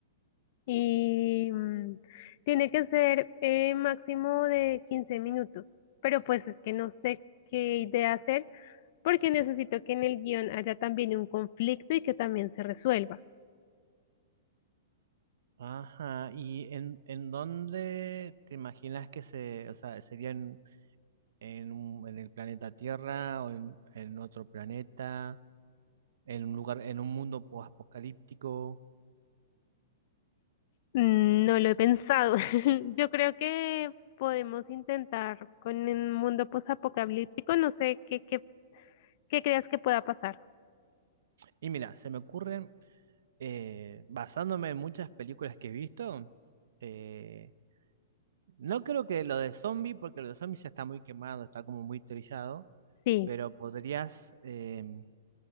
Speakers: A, on the left; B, on the right.
A: y mm, tiene que ser eh, máximo de 15 minutos, pero pues es que no sé qué idea hacer porque necesito que en el guión haya también un conflicto y que también se resuelva.
B: Ajá, ¿y en, en dónde te imaginas que se, o sea, sería en, en, un- en el planeta Tierra o en, en otro planeta, en un lugar, en un mundo apocalíptico?
A: Mm, No lo he pensado. <laughs> Yo creo que podemos intentar con un mundo posapocalíptico, no sé qué, qué, qué creas que pueda pasar.
B: Y mira, se me ocurren, eh, basándome en muchas películas que he visto, eh, no creo que lo de zombie, porque lo de zombie ya está muy quemado, está como muy trillado.
A: Sí,
B: Pero podrías, em,